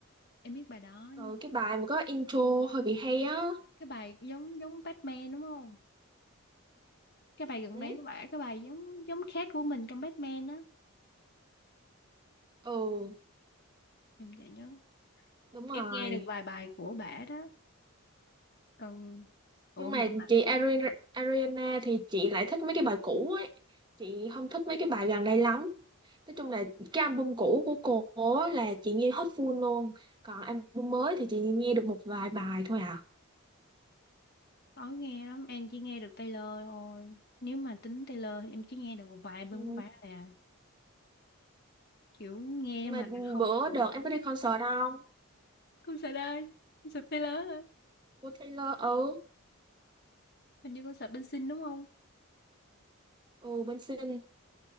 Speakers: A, on the left (about 45°); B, on the right (about 20°).
A: em biết bài đó
B: Ừ,
A: nhưng
B: cái bài mà có intro hơi bị hay á.
A: cái bài giống giống Batman đúng không cái bài gần
B: Ừ,
A: đây của bả cái bài giống giống khác của mình trong Batman á
B: ừ,
A: em chả nhớ
B: đúng rồi.
A: em nghe được vài bài của bả đó còn ủa
B: Nhưng
A: người
B: mà
A: của bạn
B: chị Ari- Ariana thì chị lại thích mấy cái bài cũ ấy. Chị không thích mấy cái bài gần đây lắm. Nói chung là cái album cũ của cô á là chị nghe hết full luôn. Còn album mới thì chị nghe được một vài bài thôi à.
A: khó nghe lắm em chỉ nghe được Taylor thôi nếu mà tính Taylor thì em chỉ nghe được một vài album
B: Ừ.
A: của bả thôi à kiểu nghe
B: Mà
A: mà không
B: bữa
A: hiểu
B: đợt
A: nổi
B: em có đi concert không?
A: concert ơi concert Taylor à.
B: của Taylor ừ
A: hình như concert bên Sing đúng không
B: Ừ, bên sinh.